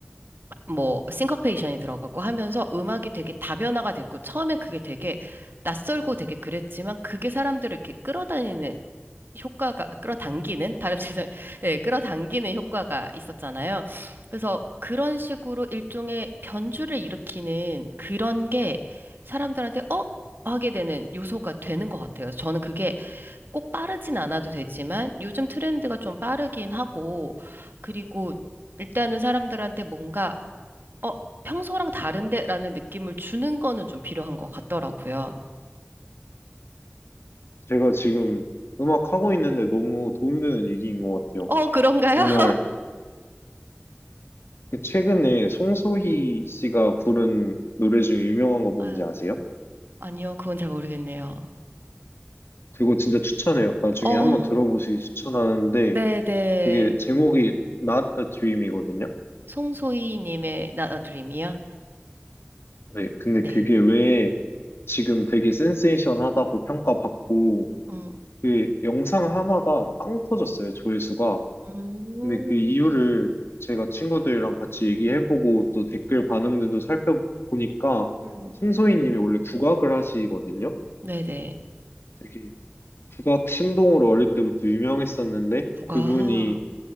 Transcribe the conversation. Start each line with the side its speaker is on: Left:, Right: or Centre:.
Right: 뭐, 싱커페이션이 들어가고 하면서 음악이 되게 다변화가 됐고, 처음엔 그게 되게 낯설고 되게 그랬지만, 그게 사람들을 이렇게 끌어다니는 효과가 끌어당기는 발음 죄송 <laughs> 예 끌어당기는 효과가 있었잖아요. 그래서 그런 식으로 일종의 변주를 일으키는 그런 게 사람들한테 어 하게 되는 요소가 되는 것 같아요. 저는 그게 꼭 빠르진 않아도 되지만 요즘 트렌드가 좀 빠르긴 하고 그리고 일단은 사람들한테 뭔가 어 평소랑 다른데라는 느낌을 주는 거는 좀 필요한 것 같더라고요.
Left: 제가 지금 음악 하고 있는데 너무 도움되는 얘기인 것 같아요.
Right: 어 그런가요?
Left: 정말
Right: <laughs>
Left: 그 최근에 송소희 씨가 부른 노래 중에 유명한 거 뭔지
Right: 아,
Left: 아세요?
Right: 아니요 그건 잘 모르겠네요.
Left: 그거 진짜 추천해요. 나중에
Right: 어,
Left: 한번 들어보시기 추천하는데
Right: 네네.
Left: 그게 제목이 Not a Dream이거든요.
Right: 송소희님의 Not a Dream이요?
Left: 네, 근데
Right: 네.
Left: 그게 왜 지금 되게 센세이션하다고 평가받고
Right: 음,
Left: 그 영상 하나가 빵 터졌어요, 조회수가.
Right: 음,
Left: 근데 그 이유를 제가 친구들이랑 같이 얘기해보고 또 댓글 반응들도 살펴보니까
Right: 음,
Left: 송소희님이 원래 국악을 하시거든요.
Right: 네네.
Left: 되게 국악 신동으로 어릴 때부터 유명했었는데
Right: 국악.
Left: 그분이